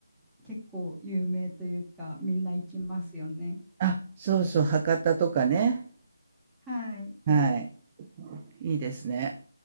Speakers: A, in the centre; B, on the right (about 20°).
A: 結構有名というか、みんな行きますよね。
B: あ、そうそう、博多とかね。
A: はい。
B: はい、いいですね。